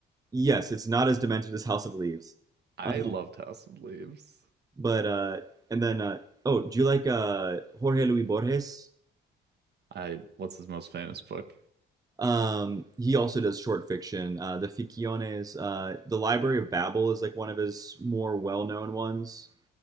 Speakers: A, on the right (about 20°); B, on the right (about 55°).
A: Yes, it's not as demented as House of Leaves,
B: I
A: uh,
B: loved House of Leaves.
A: but uh, and then uh, oh, do you like uh, Jorge Luis Borges?
B: I what's his most famous book?
A: Um, he also does short fiction. Uh, the Ficciones, uh, the Library of Babel is like one of his more well known ones.